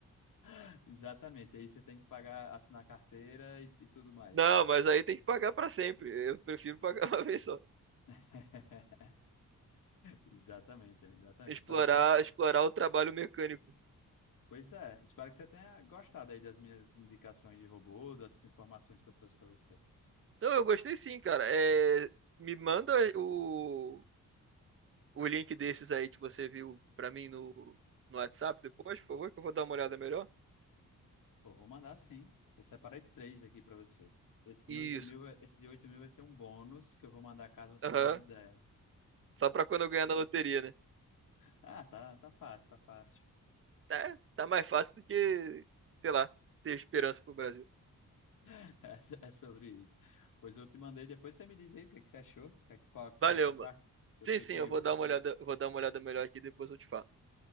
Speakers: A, on the left (about 70°); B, on the right (about 40°).
A: <laughs> Exatamente. Aí você tem que pagar, assinar carteira e, e tudo mais.
B: Não, mas aí tem que pagar pra sempre. Eu prefiro pagar <laughs> uma vez só.
A: <laughs> Exatamente, amigo, exatamente.
B: Explorar,
A: Espero que você.
B: explorar o trabalho mecânico.
A: Pois é, espero que você tenha gostado aí das minhas indicações de robô, dessas informações que eu trouxe para você.
B: Não, eu gostei sim, cara. É, me manda o, o link desses aí que você viu pra mim no, no WhatsApp depois, por favor, que eu vou dar uma olhada melhor.
A: Pô, vou mandar sim. Eu separei três aqui para você. Esse de
B: Isso.
A: 8 mil, é- esse de 8 mil vai ser um bônus que eu vou mandar caso você
B: Aham.
A: mude de ideia.
B: Só pra quando eu ganhar na loteria, né?
A: Ah, tá, tá fácil, tá fácil.
B: Tá, tá mais fácil do que, sei lá, ter esperança pro Brasil.
A: <laughs> É, so- é sobre isso. Pois eu te mandei, depois você me diz aí o que é que você achou, que- qual que você
B: Valeu,
A: vai comprar.
B: mano.
A: Eu
B: Sim,
A: fiquei
B: sim,
A: curioso
B: eu vou dar
A: aqui.
B: uma olhada, eu vou dar uma olhada melhor aqui e depois eu te falo.